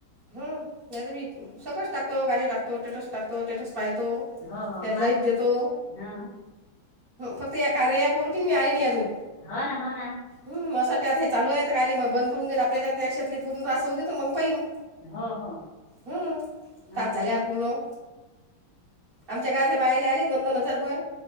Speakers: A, on the right; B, on the left.
A: हो नाही तर मी सगळंच टाकतो, गाणी टाकतो, स्टेटस टाकतो, स्टेटस पाहतो.
B: हो, हो,
A: त्याला
B: मला
A: लाईफ देतो
B: हां.
A: फक्त या कार्य ऍप वर की मी आली नाही अजून.
B: हो ना, हो ना.
A: हम्! असं आत हे चालू आहे कायले मग बंद पडून देन आपल्याच्याक्षेत पूर्ण त्रास होते तर मग पाहिन
B: हो हो
A: हं,
B: हां.
A: तात झाल्यावर पूर्ण आमच्या गावातल्या बायाला आली दोन दोन हजार रुपये.